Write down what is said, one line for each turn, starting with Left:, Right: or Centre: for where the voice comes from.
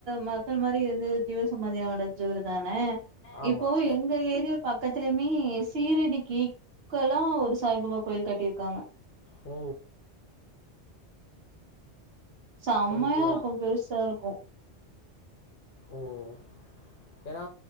Right: மக்கள் மாரி இருந்து ஜிவ சமாதா அடஞ்சவரு தான
Left: ஆமாம்
Right: இப்போ எங்க ஏரியா பக்கத்துலயுமே சீரடிக் ஈக் வலா ஒரு சாய்பாபா கோயில் கட்டியிருக்காங்க
Left: ஓ
Right: செம்மையா
Left: ஓகே
Right: இருக்கோ பெருசா இருக்கோ
Left: ஓ ஓ ஏனா